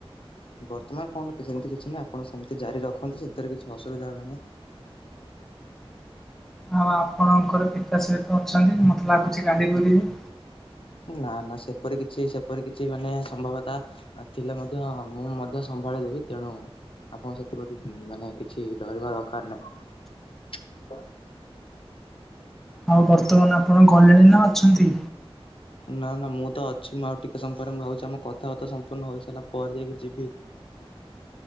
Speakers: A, on the left; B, in the centre.
A: ବର୍ତ୍ତମାନ କଣ କି ସେମିତି କିଛି ନାହିଁ। ଆପଣ ସେମିତି ଜାରି ରଖନ୍ତୁ। ସେଥିରେ କିଛି ଅସୁବିଧା ହେବନାହିଁ।
B: ହଁ ଆପଣଙ୍କର ପିକାଶରେ ତ ଅଛନ୍ତି ମତେ ଲାଗୁଛି ଗାଡି କରିବେ।
A: ନା ନା ସେପରି କିଛି ସେପରି କିଛି ମାନେ ସମ୍ଭବତା ଥିଲେ ମଧ୍ୟ ମୁଁ ମଧ୍ୟ ସ ସମ୍ଭାଳିଦେବି ତେଣୁ ଆପଣ ସେଥିପ୍ରତି ମାନେ କିଛି ଡରିବା ଦକାର ନାହିଁ। ହଁ
B: ହଉ ବର୍ତ୍ତମାନ ଆପଣ ଗଲେଣି ନା ଅଛନ୍ତି?
A: ନା ନା ମୁଁ ତ ଅଛି ମୁଁ ଆଉ ଟିକେ ସମୟ ପରେ ମୁଁ ଭାବୁଛି ଆମ କଥାବାର୍ତ୍ତା ସମ୍ପୂର୍ଣ୍ଣ ହୋଇ ସାରିଲା ପରେ ଯାଇକି ଯିବି। ହଁ